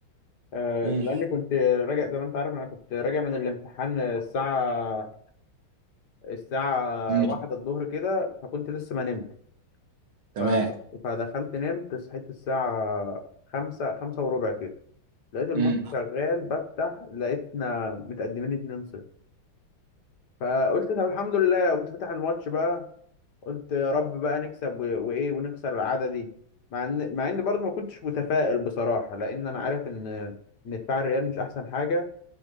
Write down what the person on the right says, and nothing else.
امم
امم
تمام
امم